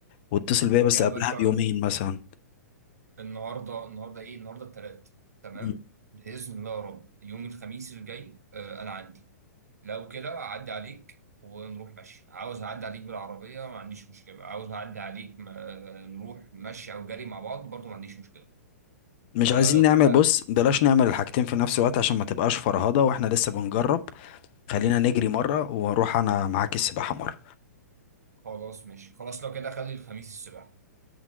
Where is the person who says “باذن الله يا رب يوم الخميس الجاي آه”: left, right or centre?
Right